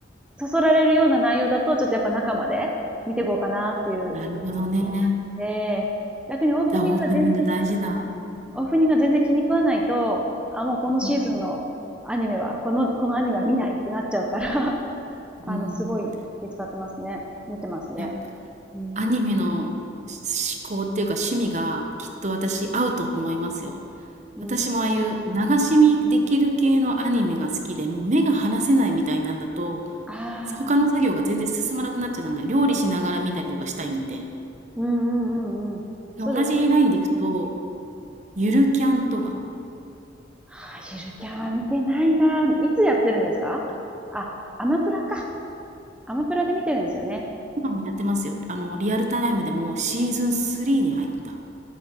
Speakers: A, in the centre; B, on the right (about 40°).
A: そそられるような内容だと、ちょっとやっぱ中まで見ていこうかなっていう
B: なるほどね。
A: 気になるんで、逆にオープニングが全然、
B: だ、オープニング大事だ。
A: うん、オープニングが全然気に食わないと、あ、もうこのシーズンのアニメは、
B: うん。
A: この、このアニメは見ないってなっちゃうから <laughs>
B: うん。
A: あの、すごい気遣ってますね。見てますね。
B: いや、
A: うん。
B: アニメのし嗜好っていうか趣味がきっと私合うと思いますよ。
A: うん、
B: 私もああいう流し見できる系のアニメが好きで、もう目が離せないみたいなんだと、
A: ああ、
B: 他の作業が全然進まなくなっちゃう、なん料理しながら見たりとかしたいんで。
A: うんうんうんうん。そうです。
B: 同じラインでいくと、ゆるキャンとか、
A: ああ、ゆるキャンは見てないな。いつやってるんですか
B: あ、
A: あ、アマプラか。アマプラで見てるんですよね。
B: 今もやってますよ。あの、リアルタイムでもシーズン3に入った。